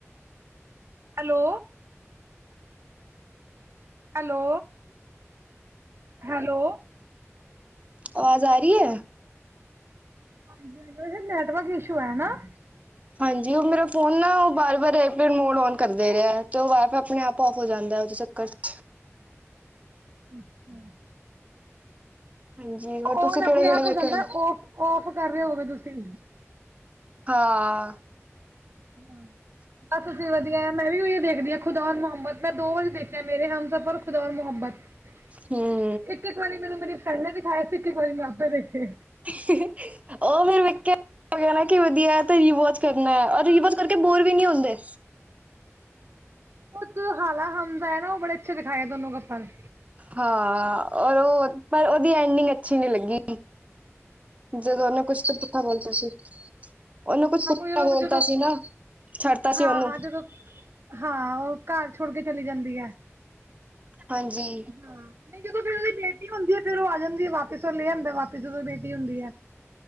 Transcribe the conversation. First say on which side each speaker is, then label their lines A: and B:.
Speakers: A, on the right; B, on the right.
A: ਹੈਲੋ। ਹੈਲੋ। ਹੈਲੋ।
B: ਆਵਾਜ਼ ਆ ਰਹੀ ਹੈ।
A: ਹਾਂਜੀ ਹਾਂ ਨੈਟਵਰਕ ਇਸ਼ੂ ਹੈ ਨਾ।
B: ਹਾਂਜੀ ਉਹ ਮੇਰਾ ਫੋਨ ਨਾ ਉਹ ਬਾਰ ਬਾਰ ਏਪੇਡ ਮੋਡ ਔਨ ਕਰਦੇ ਰਿਹਾ ਅਤੇ ਉਹ ਵਾਇਫਾਈ ਆਪਣੇ ਆਪ ਔਫ ਹੋ ਜਾਂਦਾ ਹੈ ਉਹਦੇੋਂ ਚ। ਕਛ।
A: ਅੱਛਾ।
B: ਹਾਂਜੀ ਹੋਰ
A: ਔਨ
B: ਤੁਸੀਂ ਕਿਹੜੇ-ਕਿਹੜੇ
A: ਆਪਣੇ ਆਪ
B: ਵੇਖੇ
A: ਹੋ ਜਾਂਦਾ
B: ਨੇ?
A: ਫ ਔਫ ਕਰ ਰਹੇ ਹੋਵੇ ਤੁਸੀਂ।
B: ਹਾਂ।
A: ਹਾਂ। ਬਸ ਅਸੀਂ ਵਧੀਆ ਮੈਂ ਵੀ ਉਹੀ ਦੇਖਦੀ ਹਾਂ ਖੁਦਾ ਔ ਮੁਹਮਦ ਮੈਂ ਦੋ ਵਾਰੀ ਦੇਖਿਆ ਮੇਰੇ ਹਮ ਸਫ਼ਰ ਖੁਦਾ ਔ ਮੁਹੰਮਦ। <unintelligible>
B: ਹਂ।
A: ਇੱਕ-ਇੱਕ ਵਾਰੀ ਮੈਨੂੰ ਮੇਰੀ ਫਰੈਂਡ ਨੇ ਦਿਖਾਏ ਸੀ, ਇੱਕ-ਇੱਕ ਵਾਰੀ ਮੈਂ ਆਪੇ ਦੇਖੇ।
B: <unintelligible> ਉਹ ਫੇਰ ਵੇਖਿਆ। ਕਹਿਣਾ ਕੀ ਵਧੀਆ ਐ ਤੇ ਰਿਵੋਚ ਕਰਨਾ ਐ, ਔਰ ਰਿਵੋਚ ਕਰਕੇ ਬੋਰ ਵੀ ਨਹੀਂ ਹੁੰਦੇ।
A: ਉਹ ਹਾਲਾ ਹਮਦਾ ਐ ਨਾਂ, ਉਹ ਬੜੇ ਅੱਛੇ ਦਿਖਾਏ ਦੋਨੋਂ ਕੱਪਲ
B: ਹਾਂ, ਔਰ ਉਹ ਪਰ ਉਹਦੀ ਐਂਡਿੰਗ ਅੱਛੀ ਨੀਂ ਲੱਗੀ। ਜਦੋਂ ਉਹਨੇ ਕੁਛ ਤਾਂ ਪੁੱਠਾ ਬੋਲਤਾ ਸੀ। ਉਹਨੂੰ ਕੁਛ ਪੁੱਟਾ
A: ਜਦੋਂ
B: ਬੋਲਤਾ
A: ਜਦੋਂ
B: ਸੀ ਨਾਂ ਛੱਡਤਾ
A: ਹਾਂ
B: ਸੀ ਓਨੂੰ।
A: ਹਾਂ ਜਦੋਂ ਹਾਂ ਉਹ ਘਰ ਛੋੜ ਕੇ ਚਲੀ ਜਾਂਦੀ ਐ।
B: ਹਾਂਜੀ।
A: ਹਾਂ, ਨ੍ਹੀਂ ਜਦੋਂ ਫੇਰ ਉਹਦੀ ਬੇਟੀ ਹੁੰਦੀ ਐ, ਫੇਰ ਉਹ ਆ ਜਾਂਦੀ ਐ ਵਾਪਿਸ ਉਹ ਲੈ ਆਂਦਾ ਵਾਪਿਸ ਜਦੋਂ ਬੇਟੀ ਹੁੰਦੀ ਐ।